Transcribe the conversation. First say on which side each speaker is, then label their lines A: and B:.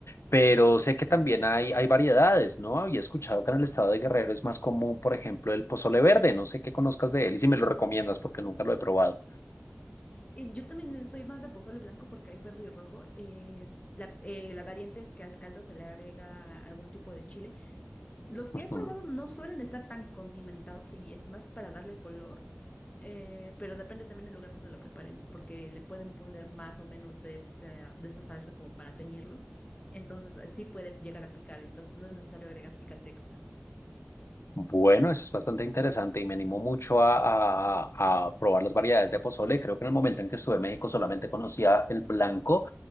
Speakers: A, on the left; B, on the left.
A: Pero sé que también hay, hay variedades, ¿no? Había escuchado que en el estado de Guerrero es más común, por ejemplo, el pozole verde. No sé qué conozcas de él y si me lo recomiendas porque nunca lo he probado.
B: Eh, Yo también soy más de pozole blanco porque hay verde y rojo. eh, la, eh, la variante es que al caldo se le agrega algún tipo de chile. Los que
A: Ujú.
B: he probado no suelen estar tan condimentados y es más para darle color, eh, pero depende también del lugar donde lo preparen porque le pueden poner más o menos de esta, de esta salsa como para teñirlo. Entonces eh, sí puede llegar a picar, entonces no es necesario agregar picante extra.
A: Bueno, eso es bastante interesante y me animó mucho a, a- a probar las variedades de pozole. Creo que en el momento en que estuve en México solamente conocía el blanco,